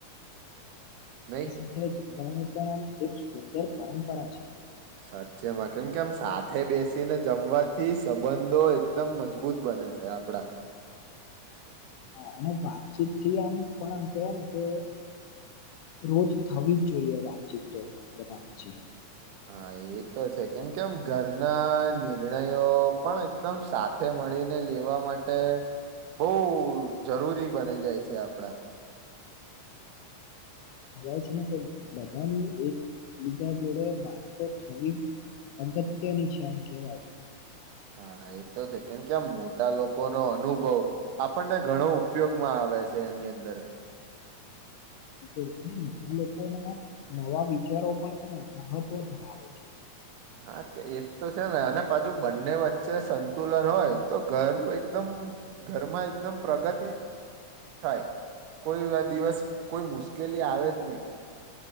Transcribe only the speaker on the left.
સાથે જમવાનું પણ આમ એક સુંદર પરંપરા છે
હા અને વાતચીત થી આમ પણ આમ કેવાય ને કે રોજ થવી જ જોઈએ વાતચીત તો બધા વચ્ચે
કહેવાય છે ને કે બધાની એક બીજા જોડે વાત તો થવી જ અગત્યની છે આમ કેવાય
બિલકુલ અને નાના લોકોના નવા વિચારો પણને મહત્વ ધરાવે છે